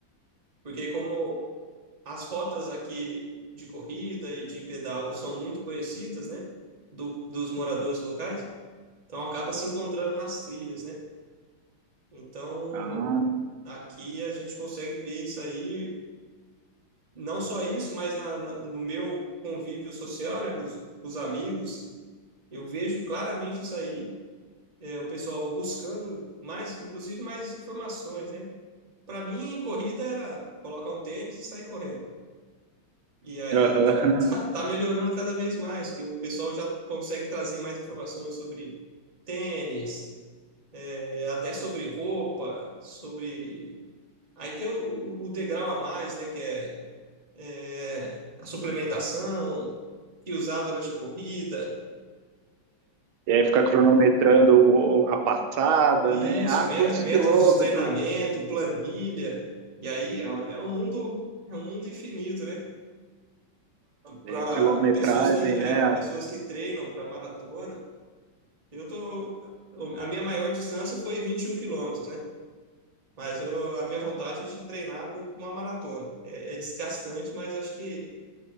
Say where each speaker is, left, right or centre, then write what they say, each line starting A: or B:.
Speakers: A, on the right; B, on the right.
A: porque como as rotas aqui de corrida e de pedal são muito conhecidas, né, do, dos moradores locais, então acaba se encontrando nas trilhas, né? Então
B: Ah,
A: aqui a gente consegue ver isso aí, não só isso, mas na, na- no meu convívio social, né, com os, com os amigos, eu vejo claramente isso aí é, o pessoal buscando mais, inclusive mais informações, né? Para mim, corrida era colocar um tênis e sair correndo. E aí
B: aham.
A: <laughs> tá,
B: <laughs>
A: tá- tá melhorando cada vez mais, que o pessoal já consegue trazer mais informações sobre tênis, é, até sobre roupa, sobre. Aí tem o, o degrau a mais, né? Que é, é a suplementação, que usar durante a corrida.
B: E aí ficar cronometrando o- o- a passada,
A: Isso,
B: né? Ah,
A: mét-
B: quantos
A: métodos
B: quilômetros?
A: de treinamento, planilha. E aí é, um, é um mundo, é um mundo infinito, né? Para
B: É, quilometragem,
A: pessoas que é,
B: né?
A: para pessoas que treinam para maratona. Eu tô a minha maior distância foi 21 quilômetros, né? Mas eu, a minha vontade é de treinar para uma maratona. É, é desgastante, mas acho que